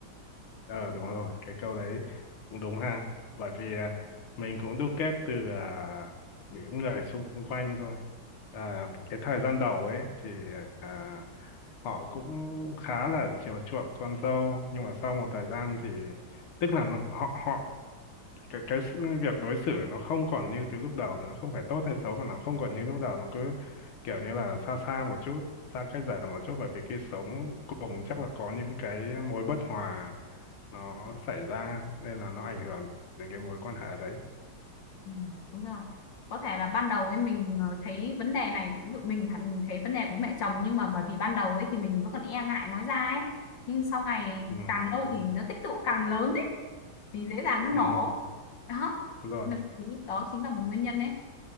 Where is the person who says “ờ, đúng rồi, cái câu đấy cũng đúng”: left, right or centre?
Left